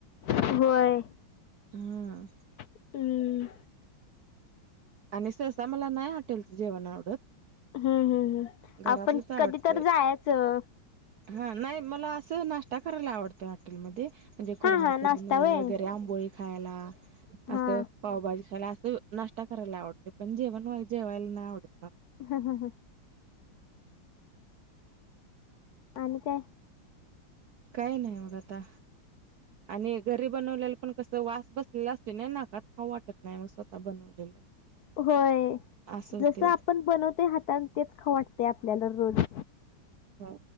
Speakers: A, on the left (about 60°); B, on the right (about 60°).
A: होय
B: हा
A: हम्म.
B: आणि सहसा मला नाही हॉटेलचं जेवण आवडत
A: हम्म हम्म हम्
B: घरातलंच
A: आपण
B: आवडते
A: कधी तर जायचं
B: हा नाही मला असं नाश्ता करायला आवडतं हॉटेलमध्ये म्हणजे कोुरमापरमन
A: हा हा नाश्ता वय
B: वगैरे आंबोळी खायला
A: हा
B: असं पावभाजी खायला अस नष्टा करायला आवडते पण जेवण जेवायला नाही आवडते
A: हा हम हा आणि काय
B: काही नाही मग आता आणि घरी बनवलेलं पण कस वास बसलेला असत नाही नाका खाऊ वाटत नाही मग स्वतः बनवलेलं
A: होय
B: असं होते.
A: जस आपण बनवतोय हातान तेच ख वाटते आपल्याला रोज
B: हा